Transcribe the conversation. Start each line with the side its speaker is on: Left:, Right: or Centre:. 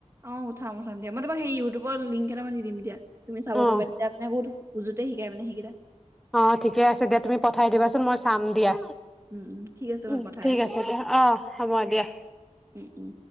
Right: অ উঠাম উঠাম দিয়া মই তোমাক সেই ইউটিউবৰ লিংক কেইটামান দি দিম এতিয়া তুমি চাব
Centre: অ'।
Right: পাৰিবা তেতিয়া মানে বহুত উজুত তে সিকাই মানে সিগিটা
Centre: অ ঠিকে আছে দিয়া তুমি পঠাই দিবাচোন মই চাম দিয়া
Right: উম উম ঠিক আছে মই
Centre: উম
Right: পঠাই
Centre: ঠিক
Right: আছোঁ
Centre: আছে
Right: বাৰু
Centre: দে অ হ'ব দিয়া
Right: উম উম